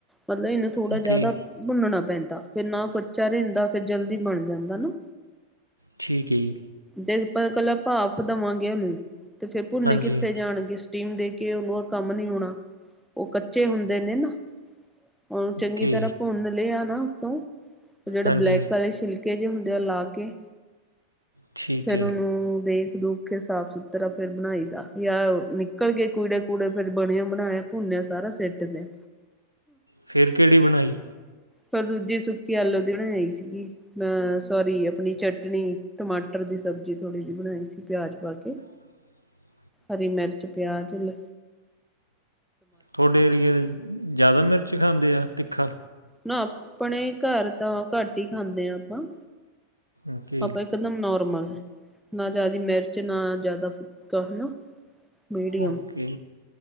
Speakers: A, in the centre; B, on the right.
A: ਮਤਲਬ ਇਹਨੁ ਥੋੜਾ
B: ਓਕੇ
A: ਜੈਦਾ ਬੁੰਨਣਾ ਪੈਂਦਾ ਫੇਰ ਨਾ ਕੁੱਚਾ ਰੈੰਦਾ ਫੇਰ ਜਲਦੀ ਬਣ ਜਾਂਦਾ ਨਾ।
B: ਠੀਕ, ਹੈ ਜੀ
A: ਜੇ ਅਪਾਂ ਕੱਲਾ ਪਾਫ਼ ਦੇਵਾਂਗੇ ਓਨੂੰ ਤੇ ਫੇਰ ਭੁੰਨੇ
B: ਹਾਂਜੀ
A: ਕਿੱਥੇ ਜਾਣਗੇ। ਸਟੀਮ ਦੇ ਕੇ ਓਨੂੰ ਓ ਕੰਮ ਨੀ ਹੋਣਾ ਓਹ ਕੱਚੇ ਹੁੰਦੇ ਨੇ ਨਾ। ਓਨੂੰ
B: ਓਕੇ
A: ਚੰਗੀ ਤਰਾਂ ਭੁੰਨ ਲਿਆ ਨਾ ਆਪਾਂ। ਓਹ ਜੇੜੇ
B: ਹਾਂਜੀ
A: ਬਲੈਕ ਆਲੇ ਛਿਲਕੇ ਜੇ ਹੁੰਦੇ ਆ, ਲਾ ਕੇ
B: ਠੀਕ
A: ਫੇਰ
B: ਹੈ
A: ਓਨੂੰ ਦੇਖ-ਦੂਖ ਕੇ ਸਾਫ-ਸੁਥਰਾ ਫੇਰ ਬਣਾਈ ਦਾ ਯਾ ਨਿ ਕੂੜੇ- ਕੂੜੇ ਫੇਰ ਬਣਿਆ ਬਣਾਇਆ ਭੁੰਨਿਆ ਸਾਰਾ ਸਿੱਟਦੇ।
B: ਫੇਰ ਕੇੜੀ ਬਣਾਈ?
A: ਫੇਰ ਦੂਜੀ ਸੁੱਕੀ ਆਲੋ ਦੀ ਬਣਾਈ ਸੀਗੀ। ਅ ਸਾਰੀ ਅਪਣੀ ਚਟਨੀ, ਟਮਾਟਰ ਦੀ ਸਬਜ਼ੀ ਥੋੜੀ ਜੀ ਬਣਾਈ ਸੀ ਪਿਆਜ ਪਾ ਕੇ।
B: <inaudible>
A: ਹਰੀ ਮਿਰਚ, ਪਿਆਜ਼, ਲ
B: ਥੋਡੇ ਏਰੀਏ ਦੇ ਜੈਦਾ ਮਿਰਚ ਖਾਂਦੇ ਆ ਤਿੱਖਾ?
A: ਨਾ ਆਪਣੇ ਘਰ ਤਾਂ ਘੱਟ ਹੀ ਖਾਂਦੇ ਆ ਆਪਾਂ।
B: ਓਕੇ।
A: ਆਪਾਂ ਇਕਦਮ ਨੋਰਮਲ ਨਾ ਜਾਦੀ ਮਿਰਚ ਨਾ ਜਾਦਾ ਫਿੱਕਾ ਹਨਾ। ਮੀਡੀਅਮ
B: ਓਕੇ